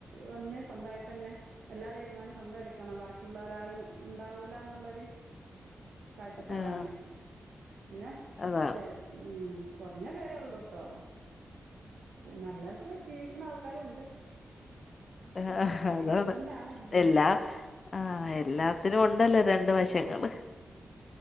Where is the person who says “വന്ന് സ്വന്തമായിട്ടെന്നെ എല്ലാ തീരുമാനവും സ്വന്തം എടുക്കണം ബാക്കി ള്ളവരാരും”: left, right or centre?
Right